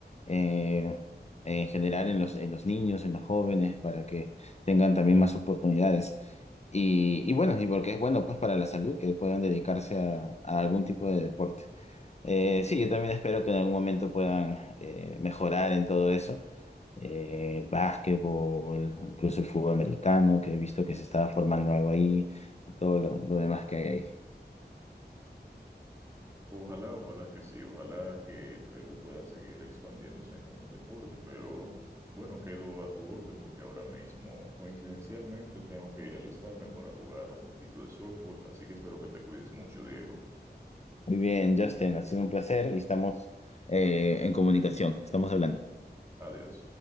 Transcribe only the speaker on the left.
eh, en general en los, en los niños, en los jóvenes, para que tengan también más oportunidades. Y, y bueno, y porque es bueno, pues para la salud, que puedan dedicarse a, a algún tipo de deporte. Eh, sí, yo también espero que en algún momento puedan eh, mejorar en todo eso. Eh, básquetbol, incluso el fútbol americano, que he visto que se estaba formando algo ahí, y todo lo, lo demás que hay ahí.
Muy bien, Justin, ha sido un placer y estamos eh, en comunicación, estamos hablando.